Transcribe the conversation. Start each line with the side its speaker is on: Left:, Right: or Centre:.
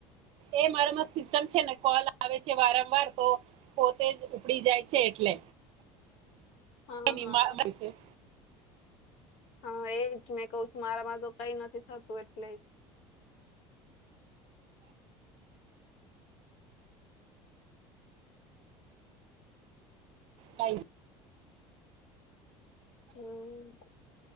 Right: એ મારોમાં સિસ્ટમ છે ને કોલ આવે છે વારંવાર તો પોતે જ ઉપડી જાય છે એટલે
Left: હા
Right: કાંઈ નહીં,
Left: હા
Right: મા- મળે છે.
Left: હા એજ મેં કહ છું મારામાં તો કઈ નથી થતું એટલે
Right: કઈ
Left: હમ